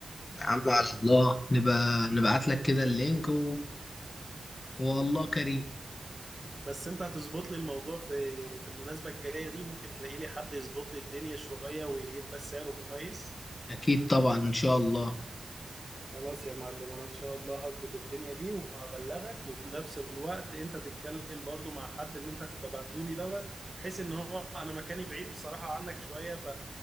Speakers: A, on the left; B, on the right.
A: يا عم على الله نبقى نبعت لك كده اللينك و... والله كريم
B: بس انت هتظبط لي الموضوع في في المناسبة الجاية دي ممكن تلاقي لي حد يظبط لي الدنيا شوية ويبقى سعره كويس
A: اكيد طبعا ان شاء الله
B: خلاص يا معلم انا ان شاء الله هظبط الدنيا دي وهبلغك وفي نفس الوقت انت تتكلم برضو مع حد اللي انت هتبقى بعتولي دوت بحيث ان هو انا مكاني بعيد بصراحة عنك شوية ف